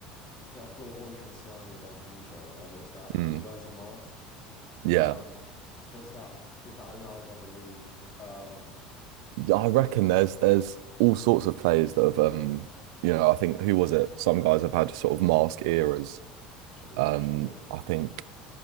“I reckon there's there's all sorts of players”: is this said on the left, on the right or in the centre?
Right